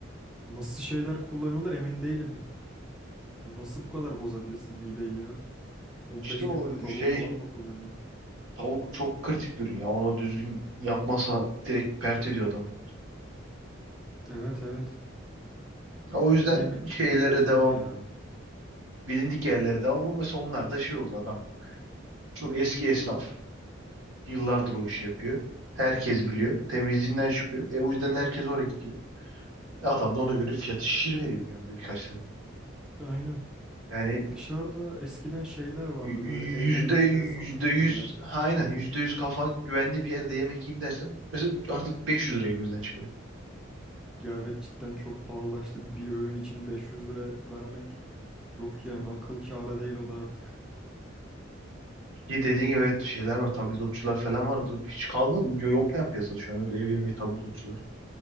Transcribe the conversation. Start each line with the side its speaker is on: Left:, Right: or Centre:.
Centre: Nasıl şeyler kullanıyorlar emin değilim. Nasıl bu kadar bozabilirsin mideyi ya? 15
Right: İşte o
Centre: günlük tavuğu
Right: şey
Centre: falan mı kullanıyorsun?
Right: tavuk çok kritik bir ürün ya. Onu düzgün yapmazsan direkt pert ediyor adamı.
Centre: Evet evet.
Right: O yüzden
Centre: Bu Yemek
Right: şeylere
Centre: kültürü bozuldu
Right: devam.
Centre: ya.
Right: bilindik yerlerde ama mesela onlar da şey oldu adam çok eski esnaf yıllardır o işi yapıyor. Herkes biliyor. Temizliğinden şüphe yok. E o yüzden de herkes oraya gidiyor. E, adam da ona göre fiyatı şişir veriyor bir anda birkaç tane.
Centre: Aynen.
Right: Yani
Centre: Dışarıda eskiden şeyler vardı
Right: y- y-
Centre: böyle ev
Right: yüzde
Centre: yemekleri
Right: yüzde
Centre: satan yerler.
Right: yüz ha, aynen yüzde yüz kafan güvenli bir yerde yemek yiyeyim dersen mesela artık 500 liraya gözden çıkarıyor.
Centre: Ya evet cidden çok pahalılaştı. Bir öğün için 500 lira vermek yok yani akıl kârı değil o da artık.
Right: Ki dediğin gibi evet şeyler var tabildotçular falan vardı. Hiç kalmadı. Yok yani piyasada şu an öyle ev yemeği tabildotçular.